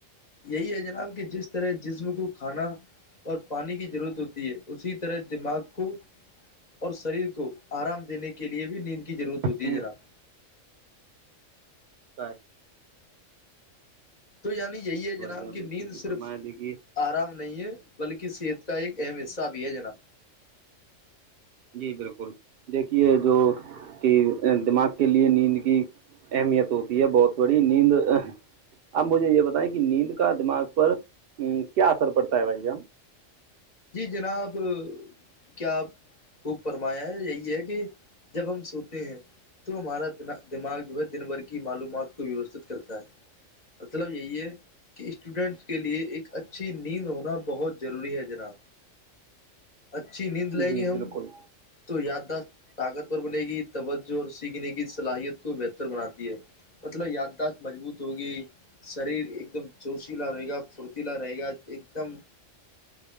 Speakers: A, on the left; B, on the right.
A: یہی ہے جناب کہ جس طرح جسم کو کھانا اور پانی کی ضرورت ہوتی ہے اسی طرح دماغ کو اور شریر کو آرام دینے کے لیے بھی نیند کی ضرورت ہوتی
B: ہوں،
A: ہے جناب
B: سھ
A: تو یعنی یہی ہے جناب
B: جان
A: کہ
B: بالکل
A: نیند
B: صحیح
A: صرف
B: فرمایا دیکھیے
A: آرام نہیں ہے بلکہ صحت کا ایک اہم حصہ بھی ہے جناب
B: جی بالکل دیکھیے جو کہ دماغ کے لیے نیند کی اہمیت ہوتی ہے بہت تھوڑی نیند اب مجھے یہ بتائیں کہ نیند کا دماغ پر کیا اثر پڑتا ہے بھائی
A: جی جناب کیا آپ خوب فرمایا ہے یہی ہے کہ جب ہم سوتے ہیں تو ہمارا دماغ جو ہے دن بھر کی معلومات کو ووستت کرتا ہے مطلب یہی ہے کہ اسٹوڈینٹس کے لیے ایک اچھی نیند ہونا بہت ضروری ہے جناب اچھی نیند لیں
B: جی
A: گے ہم
B: بالکل
A: تو یادداشت طاقتور بنے گی توجہ اور سیکھنے کی صلاحیت کو بہتر بناتی ہے مطلب یادداشت مضبوط ہوگی شریر ایک دم جوشیلا رہے گا پھرتیلا رہے گا ایک دم